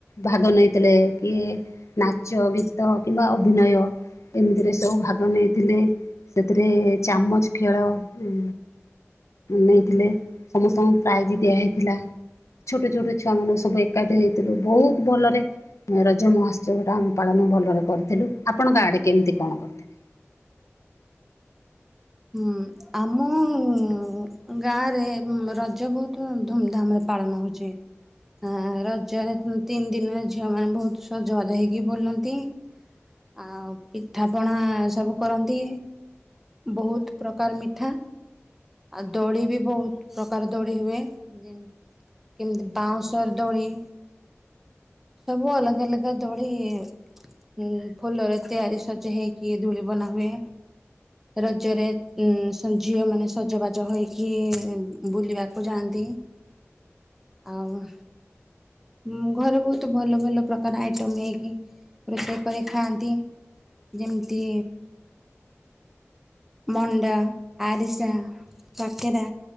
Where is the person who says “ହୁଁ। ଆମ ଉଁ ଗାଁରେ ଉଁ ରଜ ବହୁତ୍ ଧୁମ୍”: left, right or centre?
Centre